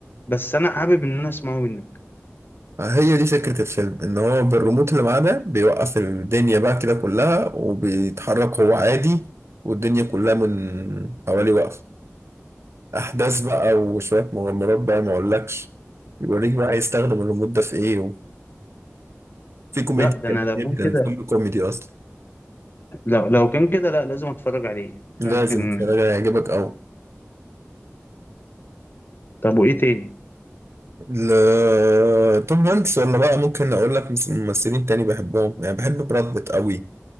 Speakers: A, on the left (about 45°); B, on the right (about 60°).
A: بس انا حابب ان انا اسمعه منك
B: هي دي فكرة الفيلم ان هو بالريموت اللي معاه ده بيوقف الدنيا بقى كده كلها وبيتحرك هو عادي والدنيا كلها من حواليه واقفة احداث بقى وشوية مغامرات بقى ما اقولكش بيوريك بقى هيستخدم الريموت ده في ايه وفي كوميديا
A: لا ده
B: جميل
A: انا لو كان
B: جدا
A: كده
B: فيلم كوميدي اصلا
A: لو لو كان كده لا لازم اتفرج عليه يعني
B: لازم
A: ممكن
B: تتفرج عليه، هيعجبك قوي
A: طب وايه تاني
B: ل- توم هانكس ولا بقى ممكن اقول لك مس- ممثلين تاني بحبهم يعني بحب براد بيت قوي